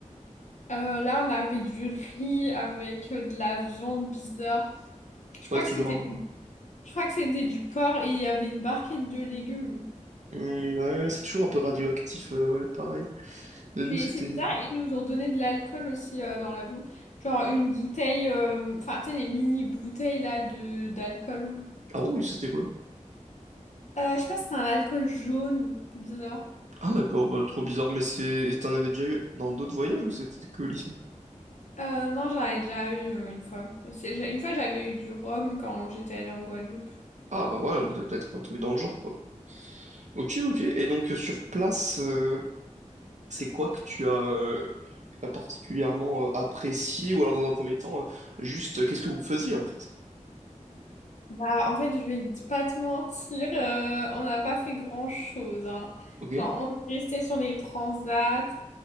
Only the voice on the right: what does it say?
Ouais, c'est
toujours
un...
Hum, ouais, c'est toujours un peu radioactif, euh, ouais, pareil. De nous,
c'était...
euh,
Ah bon, et c'était quoi?
Ah d'accord, bah, trop bizarre. Mais c'est... et T'en avais déjà eu dans d'autres voyages ou c'était que ici?
Ah bah voilà, donc c'est peut-être un truc dans le genre, quoi. Ok, ok. Et donc euh, sur place, euh, c'est quoi que tu as... euh, que t'as particulièrement euh, apprécié ou alors dans un premier temps euh, juste euh, qu'est-ce que vous faisiez en fait
ok